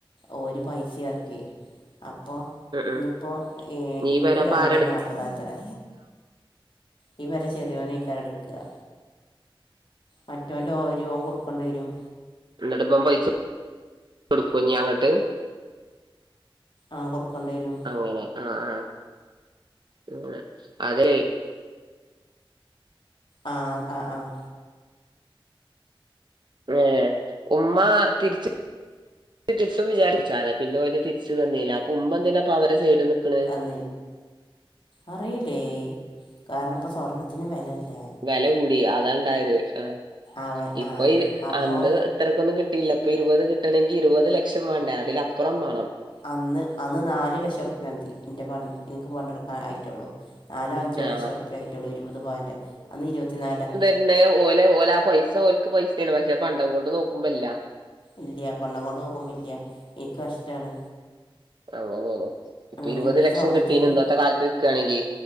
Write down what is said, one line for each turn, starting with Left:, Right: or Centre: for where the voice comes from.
Left: ഓര് പൈസിം എർക്കി അപ്പോ ഇഞ്ഞ്പ്പോ
Right: ഉം
Left: ഏ
Right: നീ
Left: ഇനിക്ക്
Right: വരാപ്പ
Left: രണ്ടേ
Right: ആരെടുക്കുക
Left: നാൽപത ത്രെ ഈ പെര ചെറ്യോനെയ്കാരംട്ക്കാ മറ്റോന്റെ ഓഹരി ഓൻ കൊട്ക്കെണ്ടേരും
Right: ഇന്ന്‌ട്ട്പ്പോൻ പൈസ ട്കാേഞ്ഞി അങ്ങട്ട്
Left: ആഹ് കൊട്ക്കെണ്ടെരും
Right: ങ്ങനെ ആഹ് ആഹ് അതേ
Left: ആഹ് ആഹ് ആഹ്
Right: ഏഹ് ഉമ്മ തിര്ച്ച് കിട്ടും വിജാര്ച്ചാണ് പിന്നോല് തിര് ച്ച് തന്നീലാ അപ്പൊ ഉമ്മ എന്തിനാപ്പൊ അവരെ സൈഡ് നിക്ക്ണെ?
Left: ഉം അറിയീലെ കാര്ണം പ്പം സ്വർണത്തിന് വെലെല്ലേ
Right: വെല കൂടി അതാണ്ടായത് ആഹ്
Left: അവ
Right: ഇപ്പൊ
Left: ആ
Right: ഈ
Left: അപ്പോൾ
Right: അന്ന് ഇത്രക്കൊന്നും കിട്ടീല്ല ഇപ്പൊ ഇരുപത് കിട്ടണെങ്കിൽ ഇരുപത് ലക്ഷം വേണ്ടേ അതിലപ്പൊറം വേണം
Left: അന്ന് അന്ന് നാല് ലക്ഷംഉർപ്യ മതി ഇൻ്റെ പണ്ട് എനിക്ക് പണ്ട എടുക്കാൻ ആയിറ്റുള്ളൂ നാലോ അഞ്ചോലെഷോർപ്യ
Right: ആ
Left: ആയിട്ടൊള്ളൂ ഇരുപത് പവൻ്റെ അന്ന് ഇരുപത്തിനാലാ
Right: പിന്നെ ഓലെ ഓല ആ പൈസ ഓലക്ക് പൈസെണ് പക്ഷെ പണ്ടം കൊണ്ട് നോക്കുമ്പല്ല
Left: ഇല്ല്യ പണ്ണം കൊണ്ട് നോക്കുമ്പോ ഇല്ല്യ ഇൻക് നഷ്ട്ടാണ്
Right: അങ്ങനെണ് ഇപ്പൊ ഇരുപത്
Left: ഇനിയിപ്പോൾ
Right: ലക്ഷം
Left: ഈ സ്വർണത്തിൻ്റെ
Right: കിട്ടീന് ഇന്നത്തെ കാലത്ത് നിക്കാണെങ്കിൽ